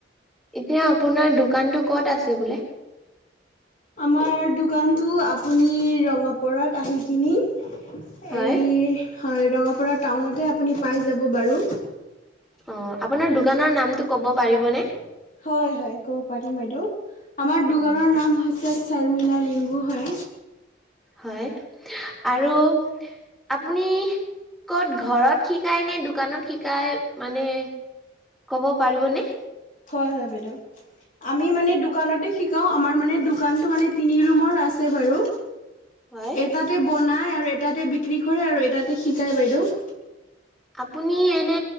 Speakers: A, in the centre; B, on the left.
A: এতিয়া আপোনাৰ দোকানতো ক'ত আছে বোলে
B: আমাৰ দোকানটো আপুনি ৰঙাপৰত আহি কিনে এই
A: হয়,
B: হয় ৰঙাপাৰা টাউনতে আপুনি পাই যাব বাৰু
A: অ আপোনাৰ দোকানৰ নামটো ক'ব পাৰিবনে
B: হয় হয় ক'ব পাৰিম বাইদেউ আমাৰ দোকানৰ
A: অ',
B: নাম হৈছে শৰ্মিলা লিম্বু হয়
A: হয় আৰু আপুনি ক'ত ঘৰত শিকাই নে দোকানত শিকাই মানে কব পাৰিবনে
B: হয় হয় বাইদেউ আমি মানে দোকানতে শিকাওঁ আমাৰ মানে দোকানটো মানে তিনি ৰুমৰ আছে বাৰু
A: হয়
B: এটাতে বনায় আৰু এটাতে বিক্ৰী কৰে আৰু এটাতে শিকায় বাইদেউ
A: আপুনি এনে